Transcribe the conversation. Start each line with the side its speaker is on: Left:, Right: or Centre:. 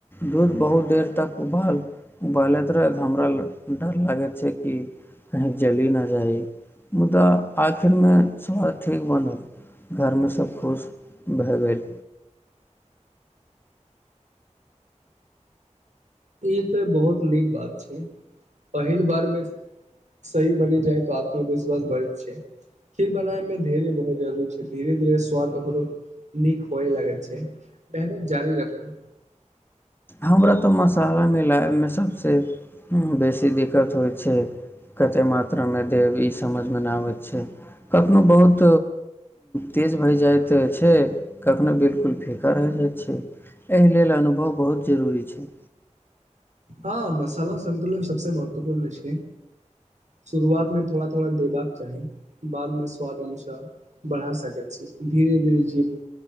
Left: दूध बहुत देर तक उबल बलैत रहै हमरा ल डर लागैत छै कि कही जली न जाइी मुदा आखिरमे स्वाद ठीक बनल घरमे सभ खुश भ गेलत
Right: ई तऽ बहुत नीक बात छै पहिल बार मे सही बनी जाइ तऽ आत्मविश्वास बढ़ै छै खीर बनेबामे मे धैर्य बहुत जरूरी छै धीरे धीरे स्वाद ओकरो नीक होए लागैत छै मेहनत जारी रखल
Left: हमरा तऽ मसाला मिलेबामे सभसँ बेसी दिक्कत होइ छै कतेक मात्रामे देब ई समझमे नहि आबैत छै कखनहु बहुत तेज भए जाइत छै कखनहु बिल्कुल फिका होइ जाइत छै एहि लेल अनुभव बहुत जरूरी छै
Right: हँ मसाला संन्तुलन सबसँ महत्वपूर्ण छै शुरुआत में थोड़ा थोड़ा देबाक चाही बादमे स्वाद अनुसार बढ़ा सकैत छी धीरे धीरे जीव